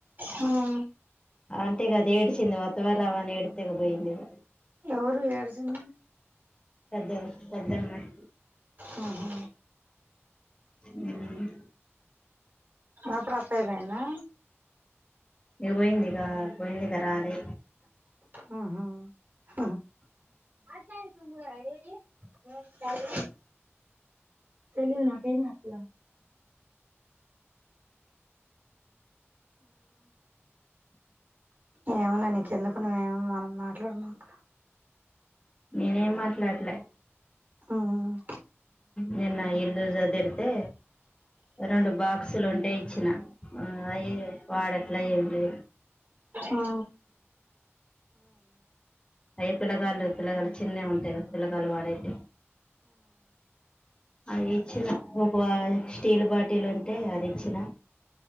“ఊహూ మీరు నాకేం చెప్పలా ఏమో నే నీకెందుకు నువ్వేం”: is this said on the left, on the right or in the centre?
Right